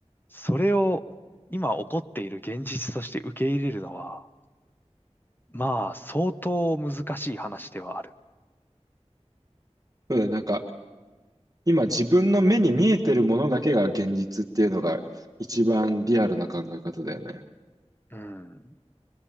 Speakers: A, on the left; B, on the right.
A: それを今起こっている現実として受け入れるのは、まあ、相当難しい話ではある。
B: そうだよね、なんか、今自分の目に見えてるものだけが現実っていうのが一番リアルな考え方だよね。
A: うん。